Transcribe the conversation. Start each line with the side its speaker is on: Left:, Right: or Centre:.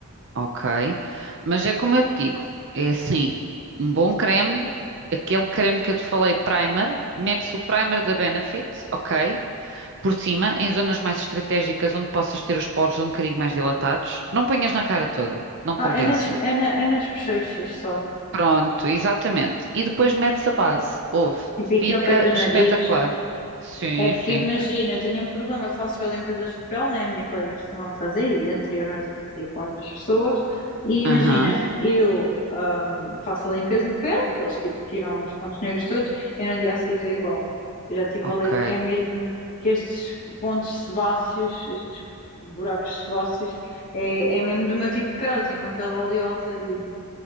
Right: ok. Mas é como eu te digo, é assim, um bom creme, aquele creme que eu te falei, primer, Mete-se o primer da Benefit, ok, por cima, em zonas mais estratégicas onde possas ter os poros um bocadinho mais dilatados. Não ponhas na cara toda, não compensa.
Left: Ah, é nas, é na, é nas bochechas só.
Right: Pronto, exatamente. E depois metes a base, ouve,
Left: Tipo
Right: fica
Left: aqui ao pé do nariz.
Right: espetacular. Sim,
Left: É porque
Right: sim.
Left: imagina, eu tenho um problema, eu faço limpezas de pele, né? A minha colega costuma fazer e anteriormente eu fazia com outras pessoas. E imagina,
Right: Aham,
Left: eu ahm, faço a limpeza de pele, eles tipo tiram os pontos negros todos, e eu no dia a seguir estou igual. Eu já estive
Right: Ok,
Left: a ler que é mesmo que estes pontos sebáceos, estes buracos sebáceos, é, é mesmo do meu tipo de pele. Eu tenho uma pele oleosa e